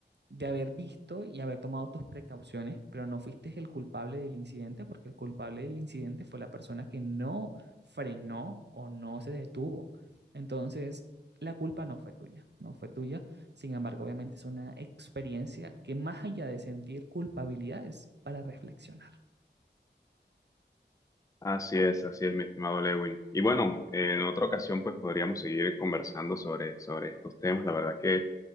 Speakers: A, on the right; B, on the left.
A: de haber visto y haber tomado tus precauciones, pero no fuiste el culpable del incidente, porque el culpable del incidente fue la persona que no frenó o no se detuvo. Entonces, la culpa no fue tuya, no fue tuya. Sin embargo, obviamente es una experiencia que más allá de sentir culpabilidad es para reflexionar.
B: Así es, así es, mi estimado Lewin. Y bueno, en otra ocasión pues podríamos seguir conversando sobre, sobre estos temas. La verdad que